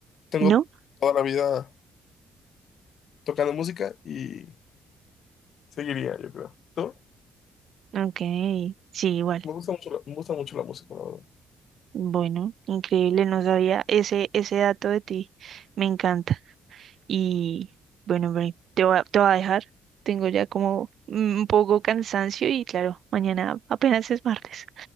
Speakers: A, on the left; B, on the right.
A: tengo
B: ¿No?
A: toda la vida tocando música y seguiría, yo creo. ¿Tú?
B: Ok, sí, igual.
A: Me gusta mucho la, me gusta mucho la música, la verdad.
B: Bueno, increíble, no sabía ese, ese dato de ti. Me encanta. Y bueno, Bri, te voy a, te voy a dejar. Tengo ya como un poco cansancio y claro, mañana apenas es martes.